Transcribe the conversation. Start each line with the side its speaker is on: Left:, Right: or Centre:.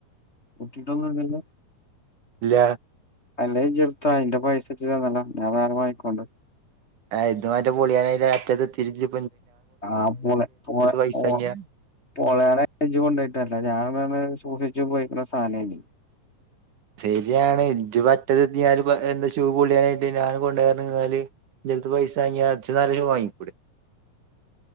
Left: പൊട്ടീട്ടൊന്നുല്ലല്ലൊ
Right: ഇല്ല
Left: അല്ലേ ജ് ഇട്ത്തോ അയിൻ്റെ പൈസച്ച് തന്നാളാ ഞാൻ വേറെ വാങ്ങിക്കോണ്ട്
Right: ആയ് ഇതുമറ്റെ പൊളിയാനായീൻ്ററ്റതെത്തീട്ട് ജ്
Left: ആ പൊളെ പൊള
Right: പൈസ
Left: പൊൾ
Right: വാങ്ങിയ
Left: പൊള്യാനായ ജ് കൊണ്ടയുട്ടെല്ലെ ഞാൻ സൂക്ഷിച്ചുപയോഗിക്ണ സാനേനി
Right: ശരിയാണ് ഇഞ്ജ് പറ്റതെത്തിങാണ്ട് എന്താ ഷൂ പൊളിയാനായിട്ട് ഞാന് കൊണ്ടോയാർഞ്ങ്ങാല് ഇൻ്റെട്ത്ത് പൈസാങ്ങിയാ ഇച്ചാ നല്ലെ വാങ്ങിക്കൂടെ